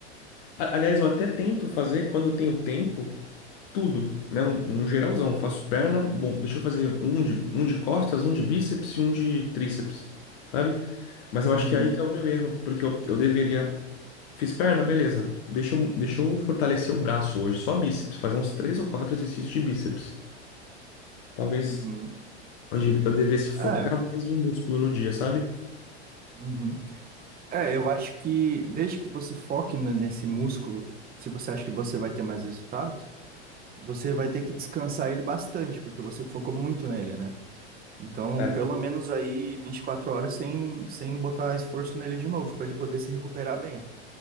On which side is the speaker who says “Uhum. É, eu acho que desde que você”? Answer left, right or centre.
Right